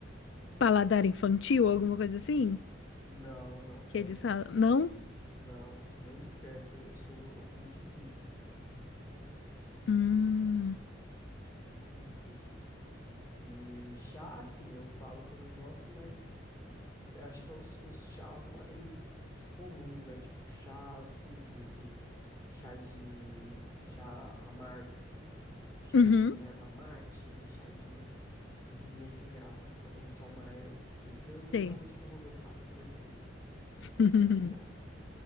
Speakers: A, on the left (about 70°); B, on the left (about 20°).
A: paladar infantil, alguma coisa assim?
B: Não, não tenho.
A: Que eles falam, não?
B: Não, nem de perto. Eu sou, eu como de tudo,
A: Hum.
B: de tudo, tudo, tudo. E chá, assim, eu falo que eu não gosto, mas eu acho que é os, os chás mais comuns, né? Tipo chá simples, assim, chá de chá amargo, chá
A: Uhum.
B: de erva mate, chá de esses meio sem graça que só tem só uma erva. Esses eu não-
A: Sei.
B: realmente não vou gostar, tenho certeza.
A: <laughs>
B: Acho muito sem graça.